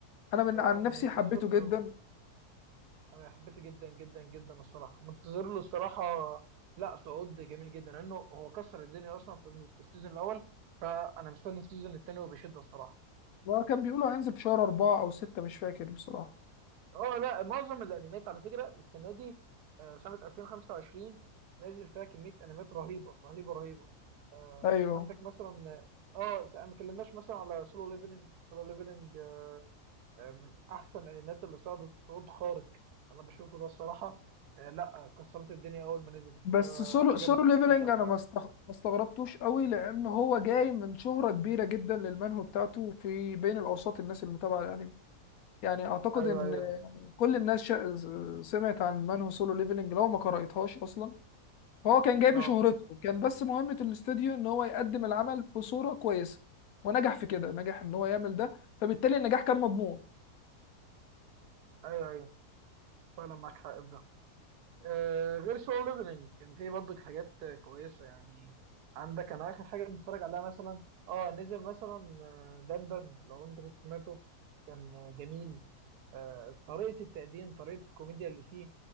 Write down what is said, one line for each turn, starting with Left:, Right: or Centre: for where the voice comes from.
Left: أنا
Right: ده
Left: من عن
Right: انا
Left: نفسي
Right: منتظر
Left: حبيته جدا
Right: له انا حبيته جدا جدا جدا الصراحه منتظر له الصراحه لا صعود جميل جدا لانه هو كسر الدنيا اصلا في في السيزون الاول فانا مستني السيزون الثاني وبشده الصراحه
Left: وكان بيقولوا هينزل في شهر أربعة أو ستة مش فاكر بصراحة
Right: اه لا معظم الانميات على فكره السنه دي آه، سنه 2025 نازل فيها كميه انميات رهيبه رهيبه رهيبه آه،
Left: أيوه
Right: عندك مثلا اه س- ما اتكلمناش مثلا على سولو ليفلنج سولو ليفلنج آه، من احسن الانميات اللي صعدت صعود خارق انا بشوفه ده الصراحه آه، لا كسرت الدنيا اول ما نزلت
Left: بس
Right: وده
Left: سولو
Right: حاجه
Left: سولو
Right: ما بتحصلش
Left: ليفلنج
Right: الا
Left: أنا ما استغ- ما استغربتوش قوي لأن هو جاي من شهرة كبيرة جدا للمانهو بتاعته في بين الأوساط الناس اللي متابعة الأنمي يعني أعتقد
Right: ايوه
Left: إن
Right: ايوه
Left: كل الناس شا... سمعت عن مان هو سولو ليفلنج لو ما قرأتهاش اصلا فهو كان جاي
Right: اه
Left: بشهرته كان بس مهمة الاستوديو ان هو يقدم العمل بصورة كويسة ونجح في كده نجح ان هو يعمل ده فبالتالي النجاح كان مضمون
Right: ايوه ايوه فعلا معاك حق في ده آه، غير سول ليفلنج كان في برضه حاجات آه، كويسه يعني عندك انا اخر حاجه بنتفرج عليها مثلا اه نزل مثلا آه، دندن لو انت كنت سمعته كان آه، جميل آه، طريقة التقديم طريقة الكوميديا اللي فيه